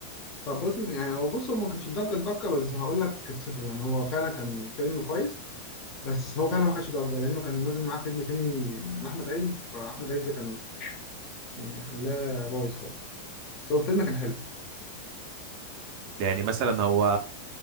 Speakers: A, on the left (about 35°); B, on the right (about 45°).
A: طب بص يعني هو بص هو ما كانش ضجة ضجة بس هقول لك قصته يعني هو فعلا كان فيلم كويس بس هو فعلا ما خدش ضجه لانه كان نازل معاه فيلم تاني لاحمد عز فاحمد عز كان يعني خلاه بايظ خالص بس هو الفيلم كان حلو
B: يعني مثلا هو